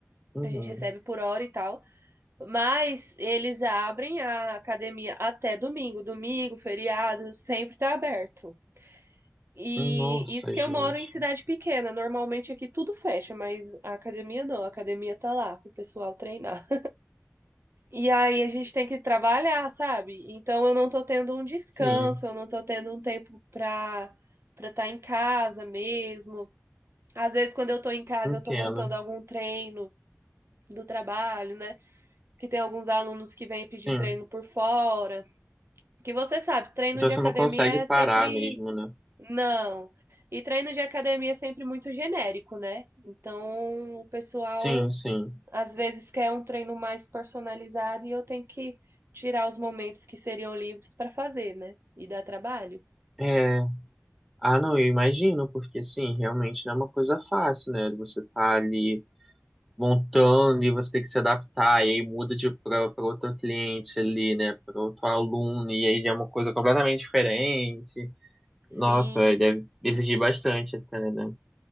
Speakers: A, in the centre; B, on the right.
A: Uhum.
B: a gente recebe por hora e tal, mas eles abrem a academia até domingo. Domingo, feriado, sempre tá aberto. E
A: Nossa,
B: isso que
A: gente.
B: eu moro em cidade pequena. Normalmente aqui tudo fecha, mas a academia não, a academia tá lá pro pessoal treinar. E aí a gente tem que trabalhar, sabe? Então eu não tô tendo um descanso,
A: Sim.
B: eu não tô tendo um tempo pra pra estar em casa mesmo. Às vezes quando eu tô em casa
A: Entendo.
B: eu tô montando algum treino do trabalho, né? Que tem alguns alunos que vêm pedir
A: Sim.
B: treino por fora. Que você sabe, treino
A: Então
B: de
A: você
B: academia
A: não consegue parar
B: é sempre
A: mesmo, né?
B: não. E treino de academia é sempre muito genérico, né? Então o pessoal
A: Sim, sim.
B: às vezes quer um treino mais personalizado e eu tenho que tirar os momentos que seriam livres para fazer, né? E dá trabalho?
A: É, ah, não, eu imagino, porque sim, realmente não é uma coisa fácil, né? Você tá ali montando e você tem que se adaptar, e aí muda de para outro cliente ali, né? Para outro aluno, e aí já é uma coisa completamente diferente.
B: Sim,
A: Nossa, aí deve exigir bastante até, né?